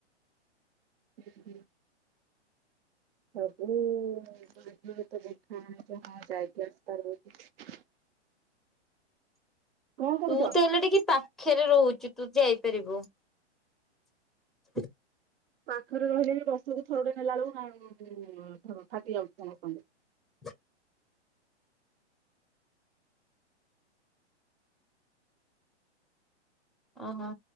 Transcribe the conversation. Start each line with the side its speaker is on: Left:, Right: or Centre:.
Right: <inaudible> ସବୁ ଭାଗ୍ୟରେ ତ ଲେଖା ଯାହା ଯାଇକି ଆସିପାରିବ ।
Centre: <inaudible>
Right: କଣ କହୁଛ?
Centre: ତୁ ତ ହେଲେ ଟିକେ ପାଖରେ ରହୁଛୁ ତୁ ଯାଇପାରିବୁ । <inaudible>
Right: ପାଖରେ ରହିଲେ ବି ବର୍ଷକୁ ଥରଟେ ନେଲା ବେଳକୁ ଗାନ୍ ଫାଟି ଯାଉଛି ସମସ୍ତଙ୍କର।
Centre: <inaudible> ଓ ହୋ।